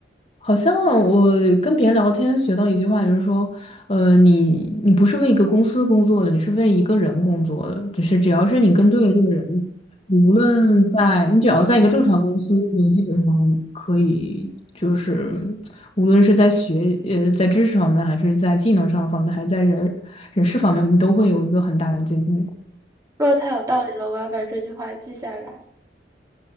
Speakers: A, on the left; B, on the right.
A: 好像我跟别人聊天学到一句话，就是说，呃，你你不是为一个公司工作的，你是为一个人工作的。就是只要是你跟对了这个人，你无论在你只要在一个正常公司，你就基本上可以，就是无论是在学呃在知识方面，还是在技能上方面，还是在人人事方面，你都会有一个很大的进步。
B: 说的太有道理了，我要把这句话记下来。